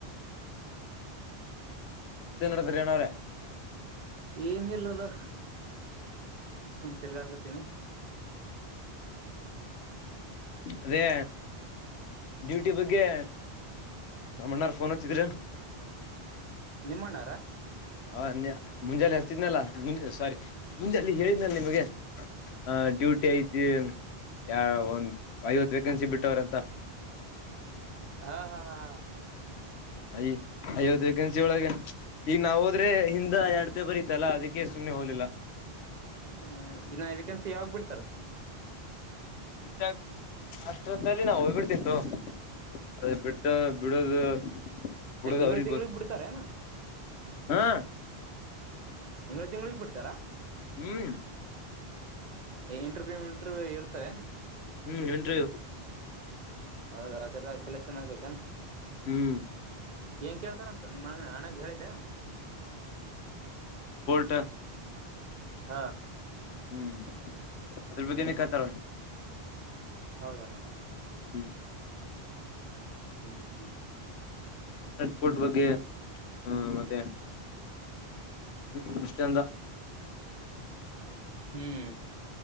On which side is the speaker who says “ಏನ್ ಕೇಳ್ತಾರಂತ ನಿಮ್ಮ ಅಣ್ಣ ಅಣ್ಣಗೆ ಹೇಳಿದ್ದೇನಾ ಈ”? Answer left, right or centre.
Right